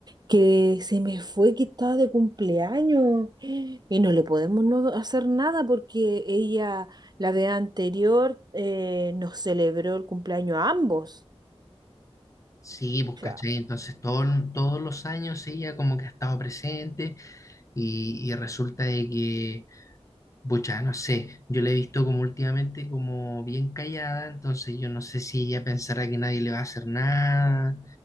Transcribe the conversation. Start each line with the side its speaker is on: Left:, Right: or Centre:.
Right: que se me fue que estaba de cumpleaños y no le podemos no hacer nada porque ella, la vez anterior, eh, nos celebró el cumpleaños a ambos.
Left: Sí, pues cachai,
Right: Ya.
Left: entonces todo- todos los años ella como que ha estado presente y, y resulta de que Bucha, no sé, yo la he visto como últimamente como bien callada, entonces yo no sé si ella pensará que nadie le va a hacer nada